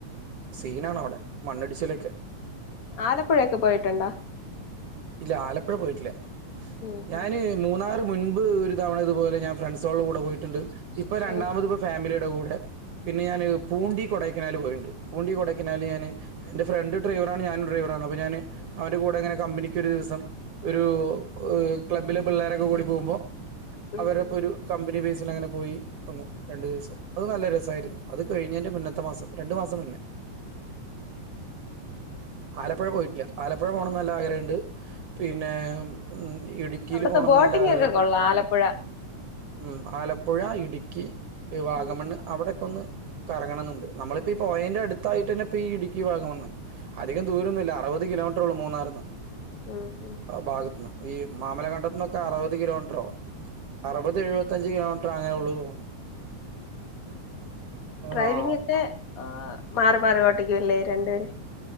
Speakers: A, on the right; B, on the left.
A: സീനാണ് അവടെ. മണ്ണിടിച്ചിലൊക്കെ
B: ആലപ്പുഴക്കെ പോയിട്ടുണ്ടാ?
A: ഇല്ല, ആലപ്പുഴ പോയിട്ടില്ല.
B: ഉം
A: ഞാന്
B: ഉം
A: മൂന്നാറ് മുൻപ് ഒരു തവണ ഇതുപോലെ ഞാൻ ഫ്രണ്ട്സളുടെ കൂടെ പോയിട്ടുണ്ട്. ഇപ്പൊ രണ്ടാമത്
B: ആഹ്
A: ഇപ്പോ ഫാമിലിയുടെ കൂടെ പിന്നെ ഞാന് പൂണ്ടി കൊടയ്ക്കനാല് പോയിട്ടുണ്ട്. പൂണ്ടി കൊടയ്ക്കനാല് ഞാന് എൻ്റെ ഫ്രണ്ട് ഡ്രൈവറാണ് ഞാനും ഡ്രൈവറാണ്, അപ്പോ ഞാന് അവന്റെ കൂടെങ്ങനെ കമ്പനിക്ക് ഒരു ദിവസം ഒരു ഏഹ് ക്ലബ്ബിലെ പിള്ളേരൊക്കെ കൂടി പോകുമ്പോ
B: ഉം
A: അവരെപ്പൊരു
B: ഉം
A: കമ്പനി ബേസിലങ്ങനെ പോയി വന്നു രണ്ടു ദിവസം അത് നല്ല രസമായിരുന്നു, അത് കഴിഞ്ഞേന്റെ മുന്നത്തെ മാസം രണ്ടു മാസം മുന്നേ <inaudible> ആലപ്പുഴ പോയിട്ടില്ല, ആലപ്പുഴ പോകണം ന്ന് നല്ല ആഗ്രഹണ്ട് പിന്നെ ഹ്മ്മ് ഇടുക്കിയില്
B: അവിടത്തെ
A: പോണം ന്ന്
B: ബോട്ടിംഗ്
A: നല്ല ആഗ്ര
B: ഒക്കെ
A: ഹ്മ്മ്,
B: കൊള്ളാം ആലപ്പുഴ
A: ആലപ്പുഴ, ഇടുക്കി, വാഗമണ്ണ്
B: ഉം
A: അവിടെ ഒന്ന് കറങ്ങണംന്ന്ണ്ട്, നമ്മളിപ്പോ ഈ പോയേന്റെ അടുത്തായിട്ടന്നെ ഇപ്പേ ഈ ഇടുക്കി ഭാഗമാണെന്നെ അധികം ദൂരൊന്നുല്ല, അറുപത് കിലോമീറ്ററൊള്ളൂ മൂന്നാറിന്ന്
B: <inaudible>
A: ഭാഗത്തുനിന്ന് ഈ മാമലകണ്ടതത്ത്ന്നൊക്കെ അറുപത് കിലോമീറ്ററോ, അറുപത് എഴുപത്തഞ്ച് കിലോമീ പ്പോ അങ്ങനെ ഒള്ളൂ തോന്നുന്നു. <inaudible>
B: ഡ്രൈവിംഗ്
A: ആഹ്
B: ഒക്കെ ഏഹ് മാറി മാറി ഓട്ടിക്കുല്ലേ രണ്ടുപേര്